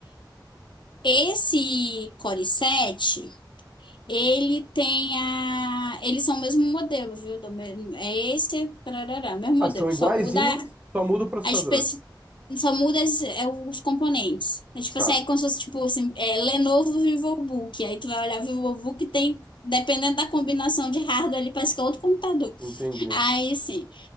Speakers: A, on the left; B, on the right.
A: Esse Core 7, ele tem a. Eles são o mesmo modelo, viu? Do mesmo... É esse, tarará, mesmo modelo.
B: Ah, são iguaizinhos,
A: Só muda
B: só muda o processador.
A: a especi... Só muda as- é, os componentes. É tipo
B: Tá,
A: assim, é como se fosse tipo assim, é, Lenovo VivoBook. Aí tu vai olhar o VivoBook tem. Dependendo da combinação de hardware, ali parece que é outro computador.
B: entendi.
A: Aí, sim.